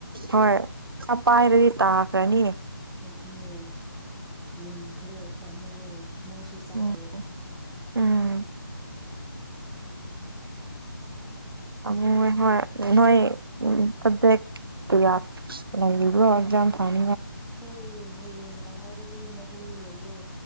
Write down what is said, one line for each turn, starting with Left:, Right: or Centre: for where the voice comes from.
Right: ꯍꯣꯏ ꯑꯄꯥꯏꯔꯗꯤ ꯇꯥꯈ꯭ꯔꯅꯤ
Centre: ꯑꯗꯨꯅꯦ ꯃꯨꯟꯈ꯭ꯔꯦ ꯄꯥꯝꯃꯨꯑꯋ‌ꯦ ꯃꯣꯏꯁꯨ ꯆꯥꯗꯦ
Right: ꯎꯝ ꯎꯝ
Centre: <unintelligible>
Right: ꯄꯃꯨꯋꯦ ꯍꯣꯏ ꯅꯣꯏ ꯁꯖꯦ <unintelligible> ꯌꯥ ꯏ <unintelligible> ꯑꯣꯏꯖ ꯊꯝ
Centre: ꯍꯣꯏ ꯍꯌꯦꯡꯒ ꯍꯥꯏꯔꯗꯤ ꯃꯔꯤ ꯂꯩꯌꯦ